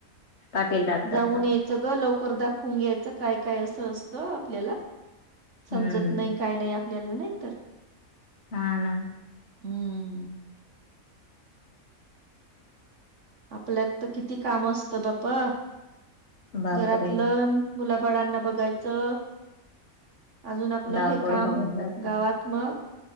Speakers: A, on the left (about 50°); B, on the right (about 55°).
A: पाटील डॉक्टरकडे
B: जाऊन यायचं ग लवकर दाखवून घ्यायचं काय काय असं असतं आपल्याला.. समजत
A: हम्म
B: नाही काय नाही आपल्याला नाही तर..
A: हा ना.
B: हम्म. आपल्यात तर किती काम असतं बापा,
A: बापरे
B: घरातलंन... मुला बाळांना बघायचं अजून आपलं
A: धावपळ
B: हे काम
A: होऊन जाते
B: गावात... मग